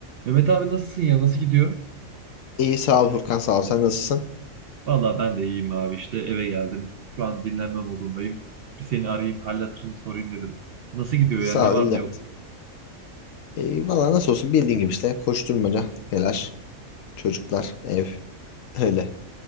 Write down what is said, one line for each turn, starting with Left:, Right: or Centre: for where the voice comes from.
Right: Mehmet abi nasılsın ya? Nasıl gidiyor?
Left: İyi sağ ol Furkan sağ ol. Sen nasılsın?
Right: Valla ben de iyiyim abi işte eve geldim. Şu an dinlenme modundayım. Bir seni arayayım, hal hatırını sorayım dedim. Nasıl gidiyor
Left: Sağ
Right: ya? Ne
Left: ol
Right: var
Left: iyi
Right: ne
Left: yapmışsın.
Right: yok?
Left: İyi valla nasıl olsun bildiğin gibi işte koşturmaca, telaş, çocuklar, ev öyle.